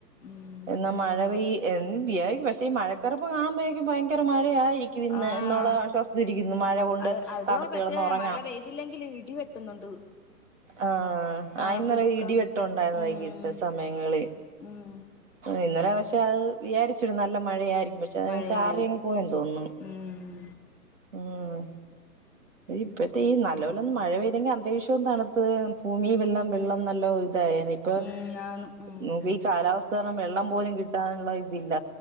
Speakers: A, in the centre; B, on the right.
A: ഉം
B: എന്നാ മഴ പെയ്യ പക്ഷെ ഈ മഴക്കറപ്പ് കാണുമ്പോഴേക്കും ഭയങ്കര മഴയായി വിന്ന്
A: ആഹ്
B: എന്നുള്ള ആശ്വാസിച്ചരിക്കുന്നു മഴ കൊണ്ട്
A: അത് അതോ
B: തണുത്ത
A: പക്ഷെ
B: കളന്ന് ഉറങ്ങാം
A: മഴ പെയ്തില്ലെങ്കില് ഇടി വെട്ടുന്നുണ്ട്
B: ആഹ
A: ആഹ്
B: ആയിന്നലെ
A: കുടുക്കം
B: ഇടിവെട്ടം ഉണ്ടായിരുന്നു
A: ഉം
B: വൈകിട്ട് സമയങ്ങള്
A: ഉം
B: ഇന്നലെ പക്ഷെ അത് വിചാരിച്ചരു നല്ല മഴയ ആയിരിക്കും പക്ഷെ അത്
A: മഴയായിരിക്കും
B: ചാറിയങ്ങ് പോയെന്ന് തോന്നുന്നു
A: ഉം
B: ആഹ ഇഴത്തെ ഈ നല്ല പോലൊന്നും മഴ പെയ്തെങ്കിൽ അന്തരീക്ഷ്യം തണുത്ത് ഭൂമി വെല്ലം വെള്ളം നല്ലോ ഇതായ ഇപ്പ
A: ഉം ആണ് ഉം
B: നമുക്ക് ഈ കാലാവസ്ഥക വെള്ളം പോലും കിട്ടാനുള്ള ഇതില്ല